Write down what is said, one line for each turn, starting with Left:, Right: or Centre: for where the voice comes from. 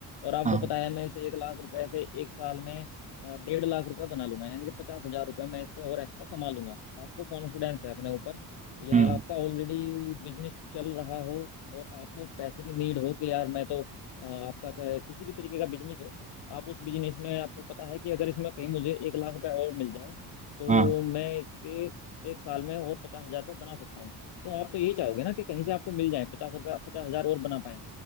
Left: और आपको
Right: हाँ
Left: पता है मैं इसे एक लाख रुपए से एक साल में अ, डेढ़ लाख रुपए बना लूंगा यानी कि पचास हजार रुपए मैं इस पे और एक्स्ट्रा कमा लूंगा आपको कॉन्फिडेंस है अपने ऊपर या
Right: हम्म
Left: आपका ऑलरेडी बिजनेस चल रहा हो और आपको पैसे की नीड हो कि यार मैं तो अ, आपका चाहे किसी भी तरीके का बिजनेस हो आप उस बिजनेस में आपको पता है कि अगर इसमें कहीं मुझे एक लाख रुपए और मिल जाए तो
Right: हाँ
Left: मैं इसके एक साल में और पचास हजार रुपये बना सकता हूँ तो आप तो यही चाहोगे ना कि कहीं से आपको मिल जाए पचास रुपया पचास हजार और बना पाए